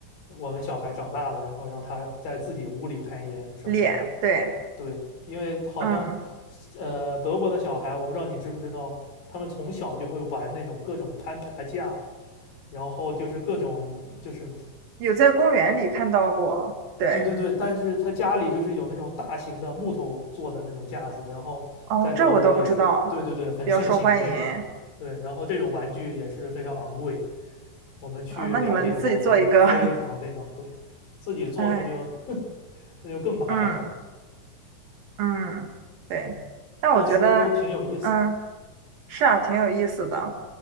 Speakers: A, on the left; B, on the right.
A: 我们小孩长大了，然后让他在自己屋里攀岩什么这种。
B: 练，对，
A: 对，因为好像
B: 嗯，
A: 呃德国的小孩，我不知道你知不知道，他们从小就会玩那种各种攀爬架。然后就是各种就是
B: 有在公园里看到过，对，
A: 对对对，但是他家里就是有那种大型的木头做的那种架子，然后在德国也是，
B: 哦，这我倒不知道，
A: 对对对，很盛行这个，
B: 比较受欢迎
A: 对，然后这种玩具也是非常昂贵，我们去了解过，
B: 啊。那你们自己做一个，
A: 对，非常非常贵，自己做那就
B: <laughs> 哎，
A: 那就更麻烦了，
B: 嗯嗯，对，但我觉得，
A: 但是都挺有意思的。
B: 嗯，是啊，挺有意思的。